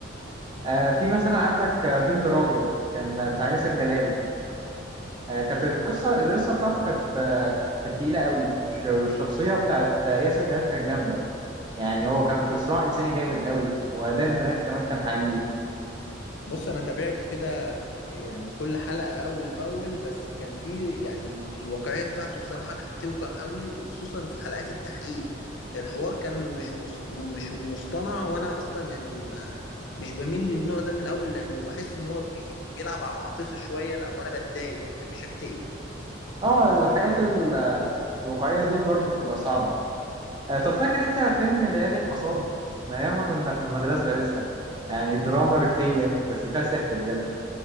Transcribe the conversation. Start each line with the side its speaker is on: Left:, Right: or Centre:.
Right: آه في مثلا عندك آه، دل راجل كان بتاع ياسر جلال آه، كانت
Left: امم
Right: القصه القصه بتاعته كانت آه، كانت تقيله قوي والش- والشخصيه بتاعت آه، ياسر جلال كانت جامده يعني هو كان في صراع انساني جامد قوي واداء البنات كمان كان حقيقي
Left: بص انا تابعته كده يعني كل حلقة اول باول بس كان في يعني الواقعية بتاعته بصراحة كانت توجع قوي وخصوصا في حلقات التحقيق الحوار كان مش مص... مش مصطنع وانا اصلا يعني ما مش بميل للنوع ده من الاول لانه بحس ان هو بي... يعني بيلعب على العاطفة شوية لو انا بتضايق ما بحبش اكتئب
Right: اه الحاجات ال- الواقعيه دي برضو بتبقى صعبه آه، طب فاكر انت فيلم ليالي الحصاد من ايام ما كنا في المدرسه لسه يعني دراما ريفيه بس فيها سحر بجد